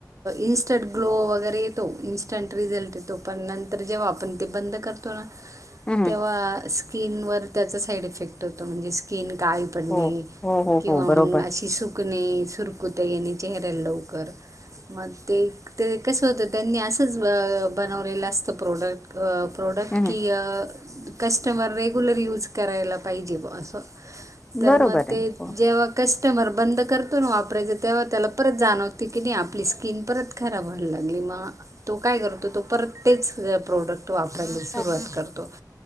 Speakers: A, on the right (about 45°); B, on the left (about 15°).
A: इंस्टंट ग्लो वगैरे येतो, इन्स्टंट रिझल्ट येतो, पण नंतर जेव्हा आपण ते बंद करतो ना
B: हम्म
A: तेव्हा स्किनवर त्याचा साईड इफेक्ट होत म्हणजे स्किन काळी पडणे
B: हो हो हो
A: किंवा
B: हो बरोबर
A: मग अशी सु सुकणे, सुरकुत्या येणे चेहऱ्याल लवकर मग ते ते कस होतं त्यांनी असंच बनवलेलं असतं प्रोडक प्रोडक्ट
B: हम्म
A: की कस्टमर रेग्युलर यूज करायला पाहिजे ब असं. तर
B: बरोबर
A: मग
B: आहे
A: ते
B: हो
A: जेव्हा कस कस्टमर बंद करतो ना वापरायच तेव्हा त्याला परत जाणवती किनी आपली स्किन परत खराब व्हायला लागली मग तो काय करतो तो परत तेच प्रोडक्ट वापरायला सुरवात
B: हो
A: करतो